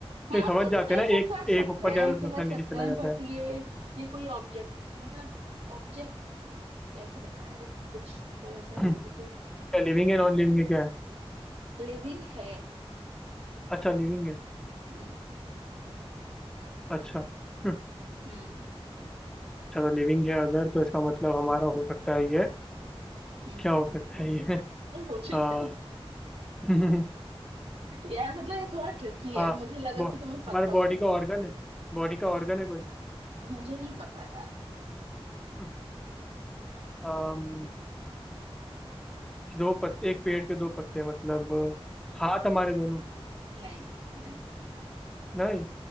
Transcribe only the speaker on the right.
हाँ
मतलब
ऐसा
कर सकते
हैं
कह
सकते
हैं
बट
ये ये कोई ऑब्जेक्ट मतलब ऑब्जेक्ट कैसे बताया यार इसका कुछ मतलब ऐसा
हो भी तो
लिविंग है
हम्म
हम्म
हम्म
और मुझे
क्या
यार मतलब ये थोड़ा ट्रिकी है
मुझे लगा
कि तुम्हें
पता होगा
मुझे नहीं पता यार
नहीं नहीं